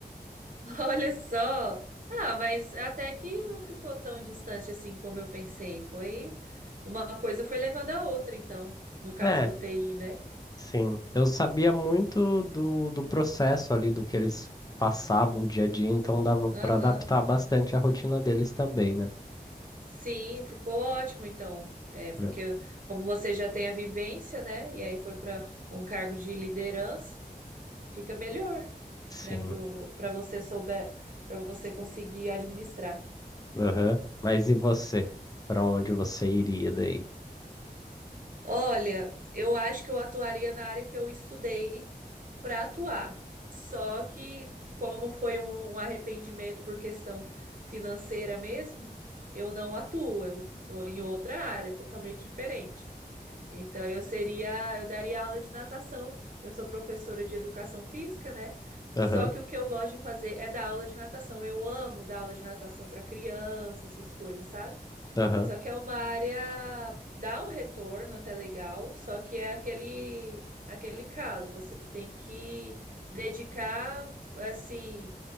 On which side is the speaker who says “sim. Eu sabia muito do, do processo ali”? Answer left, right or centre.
Left